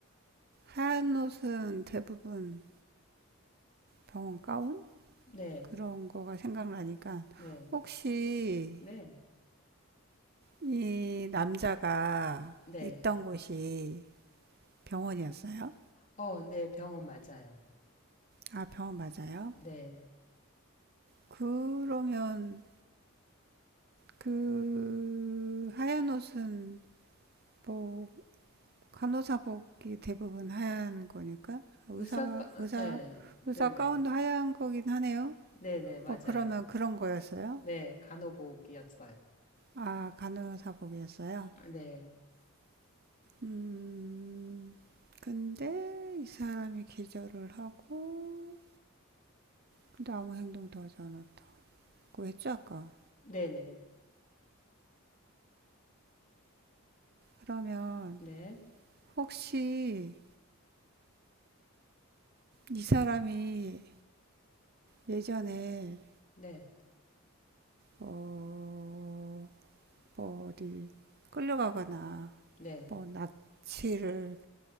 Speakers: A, on the right; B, on the left.
A: 하얀 옷은 대부분 병원 가운?
B: 네,
A: 그런 거가 생각나니까.
B: 네,
A: 혹시
B: 네,
A: 이 남자가
B: 네.
A: 있던 곳이 병원이었어요?
B: 어, 네, 병원 맞아요.
A: 아, 병원 맞아요?
B: 네.
A: 그러면 그 하얀 옷은 뭐 간호사복이 대부분 하얀 거니까 의사
B: 의사과, 아,
A: 의사
B: 네, 네네,
A: 의사 가운도 하얀 거긴 하네요.
B: 네네, 맞아요.
A: 뭐 그러면 그런 거였어요?
B: 네, 간호복이었어요.
A: 아 간호사복이었어요.
B: 네,
A: 음 근데 이 사람이 기절을 하고 근데 아무 행동도 하지 않았다. 그거 했죠 아까?
B: 네네,
A: 그러면
B: 네, 네,
A: 혹시 이 사람이 예전에
B: 네.
A: 어, 뭐 어디 끌려가거나
B: 네.
A: 뭐 납치를